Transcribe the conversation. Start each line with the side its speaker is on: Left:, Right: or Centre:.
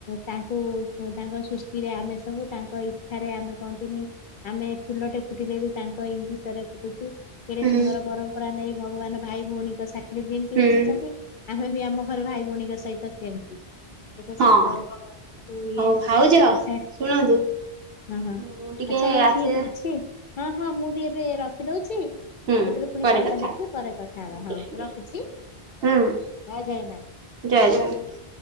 Left: ତାଙ୍କୁ ତାଙ୍କ ସୃଷ୍ଟିରେ ଆମେ ସବୁ ତାଙ୍କ ଇଚ୍ଛାରେ ଆମେ କହନ୍ତିନି। ଆମେ ଫୁଲଟେ ଫୁଟିଲେ ବି ତାଙ୍କ ଇଙ୍ଗିତରେ ଫୁଟୁଛି। କେଡେ
Right: ହୁଁ
Left: ସୁନ୍ଦର ପରମ୍ପରା ନେଇଁ ଭଗବାନ ଭାଇ ଭଉଣୀଙ୍କ ସାଥିରେ ଯେମତି
Right: ହୁଁ
Left: ବସିଛନ୍ତି। ଆମେ ବି ଆମ ଘର ଭାଇ ଭଉଣୀଙ୍କ ସହିତ ସେମତି। କେତେ
Right: ହଁ
Left: ସୁନ୍ଦର ଭାଗବାନ କୁ ଇଏ
Right: ହଉ ଭାଉଜ
Left: ଆଛା।
Right: ଶୁଣନ୍ତୁ
Left: ହଁ ହଁ
Right: ମୁଁ ଟିକେ
Left: ଆଚ୍ଛା ହଉ
Right: ଆସେ
Left: ଠିକ ଅଛି ହଁ ହଁ ମୁଁ ବି ଏବେ ରଖିଦଉଛି। ଆଉ
Right: ହୁଁ
Left: କେତେବେଳେ ପୁଣି
Right: ପରେ
Left: ସମୟ
Right: କଥା
Left: ଦେଖି ପରେ କଥା
Right: ହେବା।
Left: ହବା
Right: ଆଜ୍ଞା
Left: ହଉ
Right: ଆଜ୍ଞା
Left: ରଖୁଛି,
Right: ହୁଁ
Left: ଜୟ ଜଗନ୍ନାଥ।
Right: ଜୟ ଜଗନ୍ନାଥ।